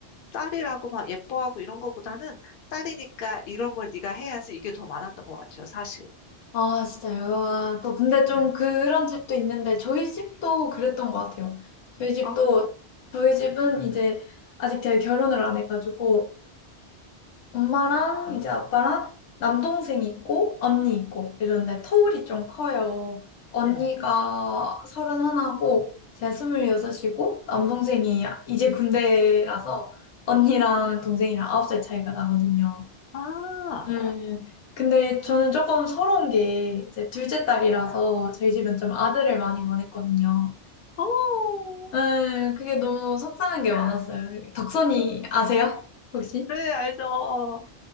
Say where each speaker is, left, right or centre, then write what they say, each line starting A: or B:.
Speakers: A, on the left (about 55°); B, on the left (about 80°).
A: 딸이라고 막 예뻐하고 이런 거보다는 딸이니까 이런 걸 네가 해야지 이게 더 많았던 것 같아요, 사실.
B: 아, 진짜요? 아, 또 근데 좀
A: 네.
B: 그런 집도 있는데 저희 집도 그랬던 것 같아요. 저희 집도
A: 아,
B: 저희 집은 이제 아직 제가 결혼을 안 해가지고 엄마랑 이제 아빠랑 남동생이 있고 언니 있고 이러는데 터울이 좀 커요. 언니가
A: 네.
B: 서른 하나고 제가 스물여섯이고 남동생이 이제 군대라서 언니랑 동생이랑 아홉 살 차이가 나거든요.
A: 아,
B: 음, 근데 저는 조금 서러운 게 이제 둘째 딸이라서 저희 집은 좀 아들을 많이 원했거든요.
A: 어,
B: 음, 그게 너무 속상한 게 많았어요. 덕선이 아세요? 혹시?
A: 네, 알죠. 어,